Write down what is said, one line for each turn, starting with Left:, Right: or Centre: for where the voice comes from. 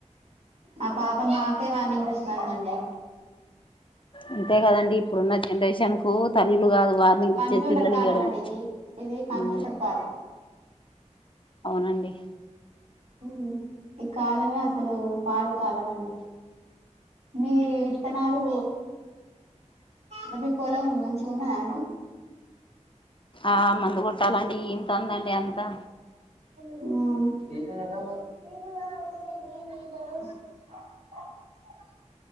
Right: ఆ పాప మాకే వార్నింగ్ ఇస్తాందండి
Left: అంతే గదండి ఇప్పుడున్న జనరేషన్ కు తల్లులు గాదు వార్నింగ్
Right: కంప్యూటర్
Left: ఇచ్చేది పిల్లలు
Right: కాలం
Left: ఈయడమే
Right: అండి ఇది ఇది కంప్యూటర్
Left: ఊ
Right: కాలం
Left: అవునండి
Right: ఊ ఈ కాలమే అసలు పాడు కాలం అండి మీ విత్తనాలూ ద మీ పొలం మంచిగ ఉన్నదా అండి
Left: ఆ మందు గొట్టాలండీ ఇంతందండి అంతా
Right: ఊ